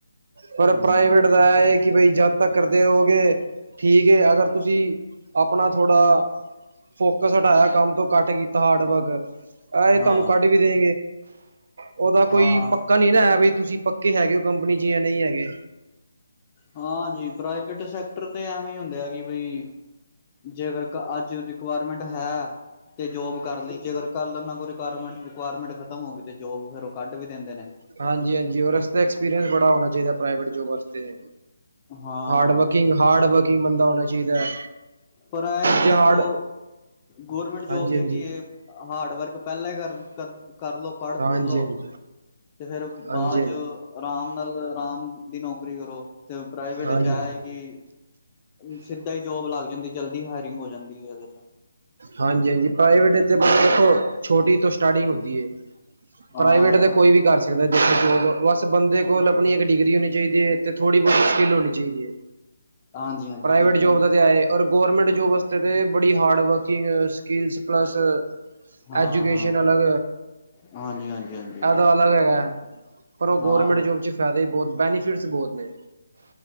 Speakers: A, on the right; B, on the left.
A: ਪਰ
B: ਹਮ।
A: ਪ੍ਰਾਈਵੇਟ ਕਿ ਬਾਈ ਜਦ ਤੱਕ ਕਰਦੇ ਰੋਗੇ ਠੀਕ ਹੈ ਅਗਰ ਤੁਸੀਂ ਆਪਣਾ ਥੋੜਾ ‍‍‍ ਫੋਕਸ ਹਟਾਇਆ ਕੰਮ ਤੋਂ ਕੱਟ ਕੀਤਾ ਹਾਰਡ ਵਰਕ ਇਹ
B: ਹਾਂ
A: ਤੁਹਾਨੂੰ ਕੱਢ ਵੀ ਦੇ ਉਹਦਾ ਕੋਈ
B: ਹਾਂ
A: ਪੱਕਾ ਨਹੀਂ। ਬਈ ਤੁਸੀਂ ਪੱਕੇ ਹੈਗੇ ਹੋ ਕੰਪਨੀ ਚ ਜਾਂ ਨਹੀਂ ਹੈਗੇ।
B: ਹਾਂਜੀ ਪ੍ਰਾਈਵੇਟ ਸੈਕਟਰ ਤੇ ਐਵੇਂ ਹੀ ਹੁੰਦੇ ਆ ਕਿ ਬਈ ਜੇਕਰ ਅੱਜ ਰਿਕੁਆਇਰਮੈਂਟ ਹੈ। ਤੇ ਜੋਬ ਕਰ ਲਈ ਜੇ ਅਗਰ ਕੱਲ ਇਨਾਂ ਕੋ ਰਿਕੁਆਇਰਮੈਂਟ ਖਤਮ ਹੋ ਗਈ ਤੇ ਜੋਬ ਫੇਰ ਉਹ ਕੱਢ ਵੀ ਦਿੰਦੇ ਨੇ।
A: ਹਾਂਜੀ ਹਾਂਜੀ ਔਰ ਇਸ ਵਾਸਤੇ ਐਕਸਪੀਰੀਅੰਸ ਬੜਾ ਹੋਣਾ ਚਾਹੀਦਾ ਪ੍ਰਾਈਵੇਟ ਜੋਬ ਵਸਤੇ।
B: ਹਾਂ
A: ਹਾਰਡ ਵਰਕਿੰਗ ਹਾਰਡ ਵਰਕਿੰਗ ਬੰਦਾ ਹੋਣਾ ਚਾਹੀਦਾ ਹੈ।
B: ਪਰ ਐ ਕਿ
A: ਜੇ
B: ਦੇਖੋ
A: ਹਾਰਡ
B: ਗੌਰਮੈਂਟ ਜੋਬ
A: ਹਾਂਜੀ
B: ਚੰਗੀ
A: ਹਾਂਜੀ
B: ਹੈ। ਹਾਰਡ ਵਰਕ ਪੋਯਲਾਂ ਕਰ ਕਰ ਲੋ। ਪੜ੍ਹ
A: ਹਾਂਜੀ
B: ਪੁੜ ਲੋਓ
A: ਹਾਂਜੀ
B: ਤੇ ਫੇਰ
A: ਹਾਂਜੀ
B: ਬਾਅਦ ਚ ਆਰਾਮ ਨਾਲ ਆਰਾਮ ਦੀ ਨੌਕਰੀ ਕਰੋ ਤੇ ਪ੍ਰਾਈਵੇਟ
A: ਹਾਂਜੀ
B: ਚ ਹੈ ਕਿ ਸਿੱਧਾ ਹੀ ਜੋਬ ਲੱਗ ਜਾਂਦੀ ਜਲਦੀ ਹਾਇਰਿੰਗ ਹੋ ਜਾਂਦੀ ਹੈ ਉਹਦੇ ਚ।
A: ਹਾਂਜੀ ਹਾਂਜੀ ਪ੍ਰਾਈਵੇਟ
B: ਹਾਂ
A: ਦੇਖੋ ਛੋਟੀ ਤੋਂ ਸਟਾਰਟਿੰਗ ਹੁੰਦੀ ਹੈ
B: ਹਾਂ
A: ਪ੍ਰਾਈਵੇਟ ਦੇ ਕੋਈ ਵੀ ਕਰ ਸਕਦਾ ਦੇਖੇ ਬਸ ਬੰਦੇ ਕੋਲ ਆਪਣੀ ਇੱਕ ਡਿਗਰੀ ਹੋਣੀ ਚਾਹੀਦੀ ਹੈ ਅਤੇ ਥੋੜ੍ਹੀ ਬੋਤੀ ਸਕਿੱਲ ਹੋਣੀ ਚਾਹੀਦੀ ਹੈ।
B: ਹਾਂਜੀ ਹਾਂਜੀ
A: ਪ੍ਰਾਈਵੇਟ
B: ਬਿਲਕੁਲ
A: ਜੋਬ
B: ਸਹੀ
A: ਦਾ ਤੇ ਐਹੈ।
B: ਗੱਲ।
A: ਔ ਗੌਰਮੈਂਟ ਜੋਬ ਵਾਸਤੇ ਤਾਂ ਬੜੀ ਹਾਰਡ ਵਰਕਿੰਗ, ਸਕਿੱਲਸ ਪਲੱਸ
B: ਹਾਂ
A: ਐਜੂਕੇਸ਼ਨ ਅਲੱਗ
B: ਹਾਂਜੀ ਹਾਂਜੀ ਹਾਂਜੀ
A: ਇਦਾ ਅਲੱਗ ਹੈਗਾ ਹੈ ਪਰ ਉਹ
B: ਹਾਂ
A: ਗੌਰਮੈਂਟ ਜੋਬ ਚ ਫਾਇਦੇ ਬੋਤ ਬੈਨੀਫਿਟਸ ਬੌਤ ਨੇ।